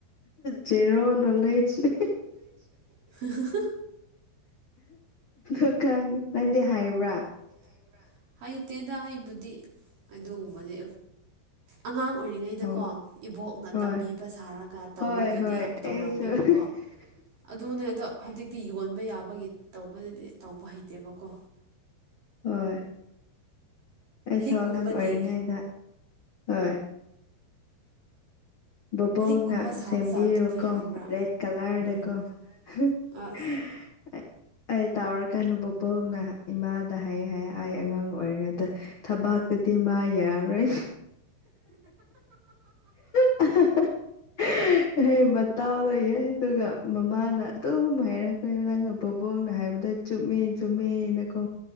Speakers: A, on the left; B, on the right.
A: ꯖꯦꯔꯣ ꯅꯣꯂꯦꯖꯅꯦ
B: ꯖꯦꯔꯣ ꯅꯣꯂꯦꯖ
A: ꯑ ꯈꯪ ꯅꯪꯗꯤ ꯍꯥꯏꯕ꯭ꯔꯥ
B: ꯗꯤ ꯍꯩꯕ꯭ꯔ ꯍꯩꯇꯦꯗ ꯑꯩꯕꯨꯗꯤ ꯑꯗꯨꯒꯨꯝꯕꯗꯤ ꯑꯉꯥꯡ ꯑꯣꯏꯔꯤꯉꯩꯗꯀꯣ
A: ꯑꯣ
B: ꯏꯕꯣꯛꯅ
A: ꯍꯣꯏ
B: ꯇꯝꯕꯤꯕ ꯁꯥꯔꯒ ꯇꯧꯕꯕꯨꯗꯤ
A: ꯍꯣꯏ ꯍꯣꯏ
B: ꯌꯥꯝ ꯇꯧꯔꯝꯃꯦꯕꯀꯣ
A: ꯑꯩꯁꯨ <unintelligible>
B: ꯑꯗꯨꯅꯦ ꯑꯗꯣ ꯍꯧꯖꯤꯛꯇꯤ ꯌꯣꯟꯕ ꯌꯥꯕꯒꯤ ꯇꯧꯕꯗꯗꯤ ꯇꯧꯕ ꯍꯩꯇꯦꯕꯀꯣ
A: ꯍꯣꯏ ꯑꯩꯁꯨ
B: ꯂꯤꯛꯀꯨꯝꯕꯗꯤ
A: ꯑꯉꯥꯡ ꯑꯣꯏꯔꯤꯉꯩꯗ ꯍꯣꯏ ꯕꯣꯕꯣꯛꯅ
B: ꯂꯤꯛꯀꯨꯝꯕ ꯁꯥꯕ
A: ꯁꯦꯝꯕꯤꯌꯦꯕꯀꯣ
B: ꯖꯥꯠꯇꯨꯗꯤ ꯍꯩꯕ꯭ꯔꯥ
A: ꯔꯦꯗ ꯀꯂ꯭ꯔꯗ
B: ꯎꯝ
A: ꯀꯣ <unintelligible>
B: ꯑꯁ
A: ꯑꯩ ꯇꯥꯎꯔꯀꯥꯟꯗ ꯕꯕꯣꯛꯅ ꯏꯃꯥꯗ ꯍꯥꯏꯌꯦ ꯍꯥꯏ ꯑꯩ ꯑꯉꯥꯡ ꯑꯣꯏꯔꯤꯉꯩꯗ ꯊꯕꯥꯛꯇꯗꯤ ꯃꯥ ꯌꯥꯔꯣꯏ ꯑ ꯍꯦ ꯃꯇꯥꯎ ꯂꯩꯌꯦ ꯑꯗꯨꯒ ꯃꯃꯥꯅ ꯑꯗꯨꯝ ꯍꯥꯏꯔꯛꯄꯅꯤ ꯅꯪꯅ ꯕꯕꯣꯛꯅ ꯍꯥꯏꯕꯗ ꯆꯨꯝꯃꯦ ꯆꯨꯝꯃꯦꯅꯀꯣ